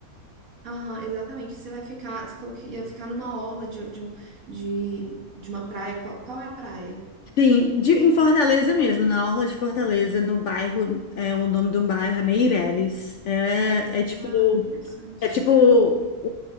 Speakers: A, on the right; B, on the left.
A: Aham, exatamente. Você vai ficar. Você falou que ia ficar numa orla de, de, um, de, de uma praia. Qual, qual é a praia?
B: Sim, de- em Fortaleza mesmo, na Orla de Fortaleza, no bairro, é, o nome do bairro é Meireles. É, é tipo,
A: Ah, interessante.
B: é tipo o,